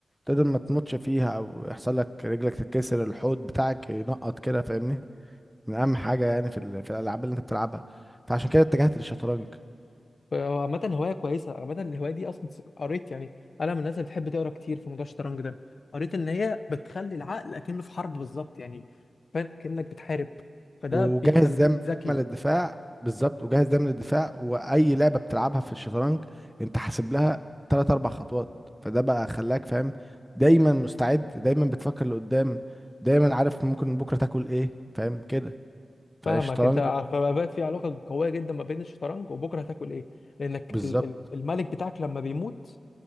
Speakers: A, in the centre; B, on the left.
A: تقدر ما تموتش فيها او يحصل لك رجلك تتكسر الحوض بتاعك ينقط كده فاهمني من اهم حاجه يعني في ال- في الالعاب اللي انت بتلعبها فعشان كده اتجهت للشطرنج
B: هو عامة هواية كويسة عامة الهواية دي أصلا قريت يعني أنا من الناس اللي بتحب تقرا كتير في موضوع الشطرنج ده قريت إن هي بتخلي العقل أكنه في حرب بالظبط يعني فاهم كأنك بتحارب فده
A: وجاهز
B: بيخليك
A: دايما
B: ذكي
A: للدفاع بالظبط وجاهز دايما للدفاع واي لعبه بتلعبها في الشطرنج انت حاسب لها ثلاث اربع خطوات فده بقى خلاك فاهم دايما مستعد دايما بتفكر لقدام دايما عارف ممكن بكره تاكل ايه فاهم كده
B: فاهمك
A: فالشطرنج
B: أنت فبقى بقى في علاقة قوية جدا ما بين الشطرنج وبكرة هتاكل إيه لأنك
A: بالظبط
B: ال- ال- الملك بتاعك لما بيموت